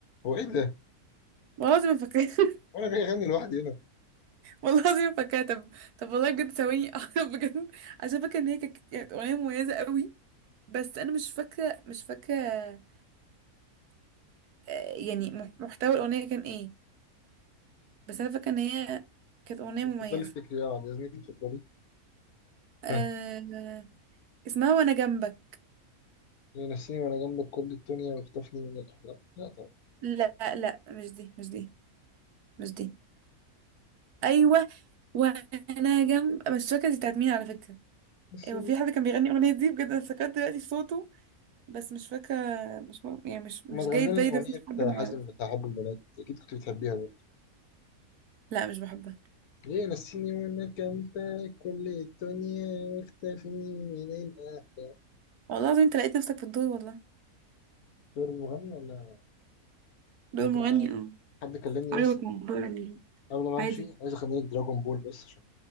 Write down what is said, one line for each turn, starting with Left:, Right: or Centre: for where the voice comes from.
Left: هو ايه ده؟
Right: والله العظيم ما فاكراها <laughs>
Left: وانا جاي اغني لوحدي هنا
Right: <laughs> والله العظيم فاكراها طب طب والله بجد ثواني <laughs> أعرف بجد عشان فاكره ان هي كانت كانت اغنيه مميزه قوي بس انا مش فاكره مش فاكره آه، يعني مح- محتوى الاغنيه كان ايه بس انا فاكره ان هي كانت اغنيه
Left: اتفضلي
Right: مميزه
Left: افتكري اه بعد اذنك اتفضلي
Right: أه...
Left: ها
Right: اسمها وانا جنبك
Left: ليه نسيني وانا جنبك كل الدنيا واختفني من الاحلام لا طبعا
Right: لا لا مش دي مش دي مش دي ايوه وانا جنب مش فاكره دي بتاعت مين على فكره
Left: بس
Right: هو في حد كان بيغني الاغنيه دي بجد انا افتكرت دلوقتي في صوته بس مش فاكره مش م... يعني مش مش
Left: لما تغني
Right: جاي في
Left: لنا
Right: بالي
Left: اغنيه
Right: ده صوت حد معروف
Left: حازم بتاع حب البنات اكيد كنت بتحبيها برضه
Right: لا مش بحبها
Left: ليه نسيني وانا جنبك كل الدنيا واختفني من الاحلام
Right: والله العظيم انت لقيت نفسك في الدور والله
Left: دور المغني ولا
Right: دور
Left: طب
Right: مغني
Left: آه،
Right: اه
Left: حد كلمني
Right: عجبك
Left: بس
Right: الموضوع يعني
Left: قبل ما امشي
Right: عادي
Left: عايز اغني لك دراجون بول بس عشان